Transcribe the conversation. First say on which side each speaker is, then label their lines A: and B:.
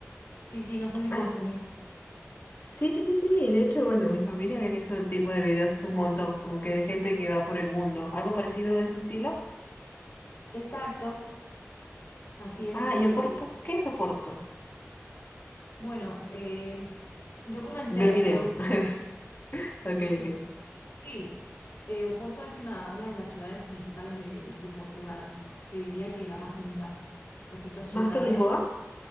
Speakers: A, on the left; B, on the left.
A: Sí, sí, no sé si
B: Ay,
A: consumís.
B: sí, sí, sí, sí. De hecho, bueno, en mi familia ven ese tipo de videos un montón, como que de gente que va por el mundo. ¿Algo parecido a ese estilo?
A: Exacto. Así es.
B: Ah, ¿y
A: Por,
B: Oporto?
A: eh,
B: ¿Qué es Oporto?
A: bueno, eh, yo comencé
B: Ver
A: haciendo
B: video.
A: vi-
B: <laughs> Ok,
A: Sí,
B: ok.
A: sí. Eh, Oporto es una, una de las ciudades principales de, de Portugal. Te diría que la más linda respecto a ciudades.
B: ¿Más que Lisboa?